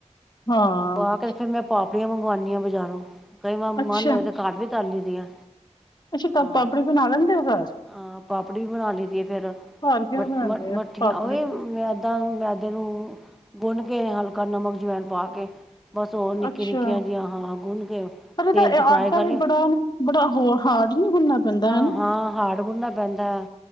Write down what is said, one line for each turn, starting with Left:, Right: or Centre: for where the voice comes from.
Left: ਹਾਂ
Centre: ਪਾ ਕੇ ਫੇਿਰ ਮੈਂ ਪਾਪੜੀਆਂ ਮੰਗਵਾਨੀ ਆ ਬਜ਼ਾਰੋਂ, ਕਈ ਵਾਰ ਮਨ
Left: ਅੱਛਾ,
Centre: ਹੋਏ ਤਾਂ ਘਰ ਵੀ ਤਰ ਲਈ ਦੀਆਂ।
Left: ਅੱਛਾ ਕ
Centre: ਹਾਂ
Left: ਪਾਪੜੀ ਬਣਾ ਲੈਂਦੇ ਹੋ ਘਰ?
Centre: ਹਾਂ ਪਾਪੜੀ ਵੀ ਬਣਾ ਲਈ ਦੀ ਫੇਿਰ
Left: ਘਰ ਕਿਵੇਂ
Centre: ਮ
Left: ਬਣਾਉਂਦੇ
Centre: ਮ ਮੱਠੀਆਂ
Left: ਆ ਪਾਪੜੀ
Centre: ਉਹਹੀ ਮੈਦਾ ਮੈਦੇ ਨੂੰ ਗੁੰਨ ਕੇ ਹਲਕਾ ਨਮਕ ਜਵਾਣ ਪਾ ਕੇ ਬਸ ਹੋ ਨਿੱਕੀਆਂ
Left: ਅੱਛਾ
Centre: ਨਿੱਕੀਆਂ ਜਿਹੀਆਂ ਹਾਂ ਗੁੰਨ ਕੇ
Left: ਪਰ ਇਹਦਾ
Centre: ਤੇਲ ਚ ਫਰਾਈ
Left: ਆਟਾ
Centre: ਕਰ
Left: ਵੀ
Centre: ਲਿਓ
Left: ਬੜਾ ਬੜਾ ਹੋ ਹਾਰਡ ਨੀ ਹੁੰਨਾ ਪੈਂਦਾ ਹਨਾ।
Centre: ਹਾਂ ਹਾਰਡ ਗੁਨਣਾ ਪੈਂਦਾ